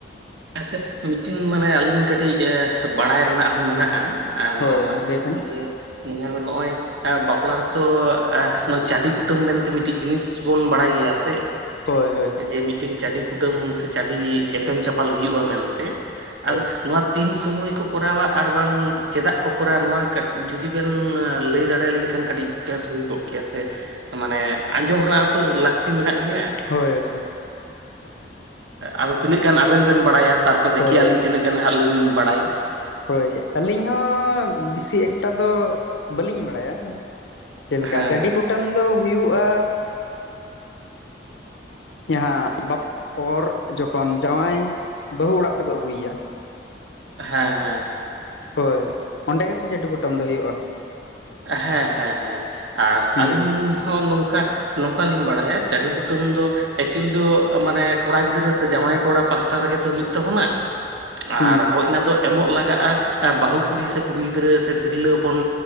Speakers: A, on the right (about 80°); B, on the left (about 75°).
A: ᱟᱪᱪᱟ ᱢᱤᱫᱴᱤᱱ ᱢᱟᱱᱮ ᱟᱹᱞᱤᱧ ᱠᱟᱹᱴᱤᱡ ᱵᱟᱲᱟᱭ ᱨᱮᱱᱟᱜ ᱦᱚᱸ ᱢᱮᱱᱟᱜᱼᱟ᱾ ᱟ
B: ᱦᱳᱭ
A: ᱱᱚᱜ ᱱᱚᱣᱟ
B: ᱞᱟᱹᱭ ᱵᱮᱱ
A: ᱡᱮ ᱧᱮᱞ ᱵᱮᱱ ᱱᱚᱜᱼᱚᱭ ᱵᱟᱯᱞᱟ ᱨᱮᱛᱚ ᱪᱟᱹᱰᱤ ᱠᱩᱴᱟᱹᱢ ᱢᱮᱱᱛᱮ ᱢᱤᱫᱴᱤᱡ ᱡᱤᱱᱤᱥ ᱵᱚᱱ ᱵᱟᱲᱟᱭ ᱜᱮᱭᱟ ᱥᱮ᱾
B: ᱦᱳᱭ ᱦᱳᱭ᱾
A: ᱡᱮ ᱢᱤᱫᱴᱮᱱ ᱪᱟᱹᱰᱤ ᱠᱩᱴᱟᱹᱢ ᱥᱮ ᱪᱟᱹᱰᱤ ᱮᱯᱮᱢ ᱪᱟᱯᱟᱞ ᱦᱩᱭᱩᱜᱼᱟ ᱢᱮᱱᱛᱮ᱾
B: ᱦᱳᱭ
A: ᱟᱫᱚ ᱱᱚᱣᱟ ᱛᱤᱱ ᱥᱚᱢᱚᱭ ᱠᱚ ᱠᱚᱨᱟᱣᱟ ᱟᱨ ᱵᱟᱝ ᱪᱮᱫᱟᱜ ᱠᱚ ᱠᱚᱨᱟᱣᱟ ᱱᱚᱣᱟ ᱠᱟᱹᱴᱤᱡ ᱡᱩᱫᱤ ᱵᱮᱱ ᱞᱟᱹᱭ ᱫᱟᱲᱮᱭᱟᱞᱤᱧ ᱠᱷᱟᱱ ᱠᱟᱹᱴᱤᱡ ᱵᱮᱥ ᱦᱩᱭ ᱠᱚᱜ᱾ ᱠᱮᱥᱮ ᱢᱟᱱᱮ ᱟᱸᱡᱚᱢ ᱨᱮᱱᱟᱜ ᱦᱚᱸ ᱛᱚ ᱞᱟᱹᱠᱛᱤ ᱢᱮᱱᱟᱜ ᱜᱮᱭᱟ᱾
B: ᱦᱳᱭ ᱦᱳᱭ᱾
A: ᱟᱫᱚ ᱛᱤᱱᱟᱹᱜ ᱜᱟᱱ ᱟᱵᱮᱱ ᱵᱮᱱ ᱵᱟᱲᱟᱭᱟ, ᱛᱟᱨᱯᱚᱨᱮ ᱫᱮᱠᱷᱮᱜ
B: ᱦᱳᱭ
A: ᱟᱹᱞᱤᱧ ᱛᱤᱱᱟᱹᱜ ᱜᱟᱱ ᱦᱟᱸᱜ ᱞᱤᱧ ᱵᱟᱲᱟᱭ᱾
B: ᱦᱳᱭ ᱟᱹᱞᱤᱧ ᱦᱚᱸ ᱵᱮᱥᱤ ᱮᱠᱴᱟ ᱫᱚ ᱵᱟᱹᱞᱤᱧ ᱵᱟᱲᱟᱭᱟ᱾ ᱪᱮᱫᱮ ᱞᱮᱠᱟ
A: ᱦᱮᱸ
B: ᱪᱟᱹᱰᱤ ᱠᱩᱴᱟᱹᱢ ᱫᱚ ᱦᱩᱭᱩᱜᱼᱟ ᱡᱟᱦᱟᱸ ᱵᱟᱯ ᱯᱚᱨ ᱡᱚᱠᱷᱚᱱ ᱡᱟᱶᱟᱭ ᱵᱟᱹᱦᱩ ᱚᱲᱟᱜ ᱛᱮᱠᱚ ᱟᱹᱜᱩᱭᱮᱭᱟ᱾
A: ᱦᱮᱸ ᱦᱮᱸ᱾
B: ᱦᱳᱭ ᱚᱸᱰᱮ ᱜᱮᱥᱮ ᱪᱟᱹᱰᱤ ᱠᱩᱴᱟᱹᱢ ᱫᱚ ᱦᱩᱭᱩᱜᱼᱟ?
A: ᱦᱮᱸ ᱦᱮᱸ ᱦᱮᱸ ᱟᱨ
B: ᱦᱩᱸ
A: ᱟᱹᱞᱤᱧ ᱦᱚᱸ ᱱᱚᱝᱠᱟ ᱱᱚᱝᱠᱟ ᱞᱤᱧ ᱵᱟᱲᱟᱭᱟ ᱪᱟᱹᱰᱤ ᱠᱩᱴᱟᱹᱢ ᱫᱚ ᱮᱠᱪᱩᱞ ᱫᱚ ᱢᱟᱱᱮ ᱠᱚᱲᱟ ᱜᱤᱫᱽᱨᱟᱹ ᱥᱮ ᱡᱟᱶᱟᱭ ᱠᱚᱲᱟ ᱯᱟᱥᱟᱴᱟ ᱨᱮᱜᱮ ᱛᱚ ᱦᱳᱭᱳᱜ ᱛᱟᱵᱚᱱᱟ᱾
B: ᱦᱩᱸ
A: ᱟᱨ ᱦᱚᱭ ᱚᱱᱟ ᱫᱚ ᱮᱢᱚᱜ ᱞᱟᱜᱟᱜᱼᱟ ᱵᱟᱹᱦᱩ ᱠᱩᱲᱤ ᱥᱮ ᱛᱤᱨᱞᱟᱹ ᱦᱚᱯᱚᱱ